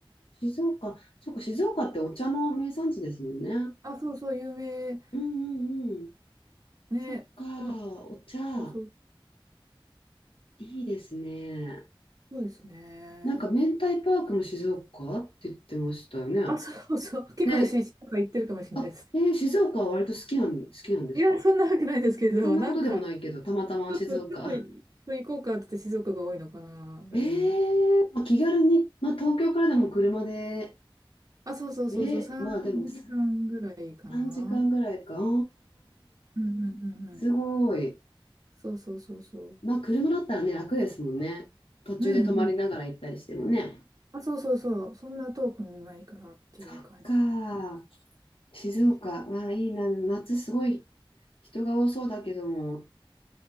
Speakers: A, on the left; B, on the right.
A: 静岡、そっか、静岡ってお茶の名産地ですもんね。
B: あ、そうそう、有名。だか
A: うんうんうん。
B: らね、
A: そっか、
B: この、
A: お茶、
B: そうそう、
A: いいですね。
B: そうですね。
A: なんか、明太パークも静岡って言ってましたよね。
B: あ、そうそう、結構私、
A: ね、
B: とか言ってるかもしれないですね。
A: あ、えー静岡は割と好きなん、好きなんですか
B: いや、そんなわけないですけど、
A: そんなことでもないけど、
B: なんか、
A: たまたま静岡。
B: ちょっと、ちょっとい、行こうかって言って静岡が多いのかな。
A: え
B: うん。
A: えまあ、気軽に、まあ、東京からでも車で、
B: あ、そうそうそうそう、
A: えーまあでもさ
B: 3時間ぐらいかな。
A: 3時間ぐらいか。ああ
B: うんうんうんうん。
A: すごい。
B: そうそうそうそう。
A: まあ、車だったらね、楽ですもんね。途中で泊まりながら行ったりしてもね。
B: うんうん。あ、そうそうそう。そんな遠くもないからっていう感
A: そっか。静岡。
B: じね。
A: わあ、いいな。夏すごい人が多そうだけども。